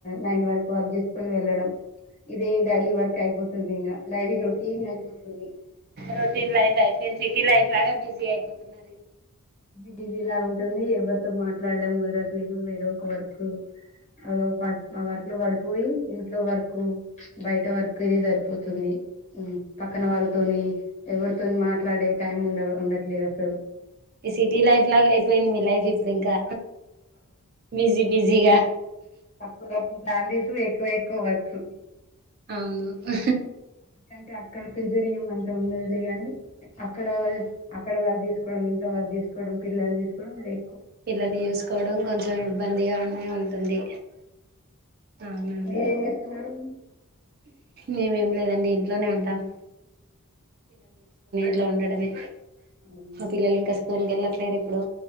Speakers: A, on the left (about 30°); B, on the right (about 45°).
A: నైన్ వరకు వర్క్ చేసుకుని వెళ్ళడం ఇదే డైలీ వర్క్ అయిపోతుంది ఇంకా డైలీ రొటీన్ అయిపోతుంది
B: రొటీన్ లైఫ్ అయిపోయింది సిటీ లైఫ్ లాగా బిజీ అయిపోతున్నారుది
A: ది ఇది ఇలా ఉంటుంది ఎవరితో మాట్లాడడం కుదరట్లేదు ఏదో ఒక వర్క్ అ ప వకులో ఆ వర్క్ లో పడి పోయి ఇంట్లో వరకు బయట వరకు ఇద సరిపోతుంది ఉ పక్కన వాళ్ళతోని ఎవరి మాట్లాడే టైం ఉండదు ఉండట్లేదు అసలు
B: ఈ సిటీ లైఫ్ లాగా అయిపోయింది మీ లైఫ్ ఇప్పుడు ఇంకా బిజీ బిజ్ దిగా
A: అప్పుడే సాలరీస్ ఎక్కువాయిపోవచ్చు
B: అవును ఆ
A: అంటే అక్కడ ప్రేజరింగ్ ఏం అంత ఉండదులే గా ని అక్కడ అక్కడ వాల్ దిస్ వడం ఇంట్లో వర్క్ చేసుకోవడం పిల్లల్లు జూ సుకోవడం ఇదే
B: పిల్లల్లు చూసుకోవడం కొంచెం ఇబ్బందిగా ఉండే ఉంటుంది అవునండి
A: మీరేం చేస్తున్నారు
B: మేమేం లేదండి ఇంట్లోనే ఉంటాం అట్లా ఉండడమే
A: అవునండి
B: పిలలింకా స్కూల్ కెల్ సేరి ఇప్పుడు